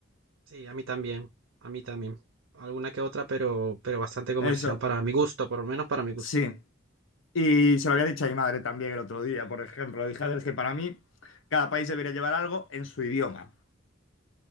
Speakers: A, on the right (about 85°); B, on the left (about 80°).
A: Sí, a mí también, a mí también. Alguna que otra, pero, pero bastante comercial
B: Eso,
A: para mi gusto, por lo menos para mi gusto.
B: sí. Y se
A: Sí,
B: lo había dicho a mi madre también el otro día, por ejemplo. Dije, a ver, es que para mí cada país debería llevar algo en su idioma,